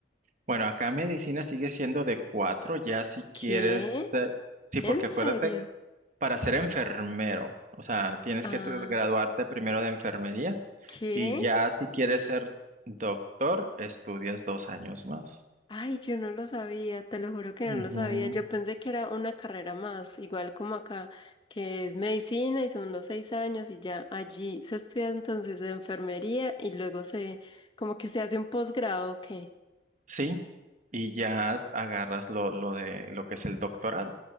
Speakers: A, on the right; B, on the left.
A: Bueno, acá medicina sigue siendo de cuatro, ya si
B: ¿Qué?
A: quieres, eh, sí, porque
B: ¿En serio?
A: acuérdate, para ser enfermero, o sea, tienes
B: Ah,
A: que te- graduarte primero de enfermería
B: ¿qué?
A: y ya si quieres ser doctor, estudias dos años más.
B: Ay, yo no lo sabía, te lo juro que no
A: Ujú.
B: lo sabía. Yo pensé que era una carrera más, igual como acá, que es medicina y son los seis años y ya allí se estudia entonces enfermería y luego se, como que se hace un posgrado, ¿qué?
A: Sí, y ya agarras lo, lo de lo que es el doctorado.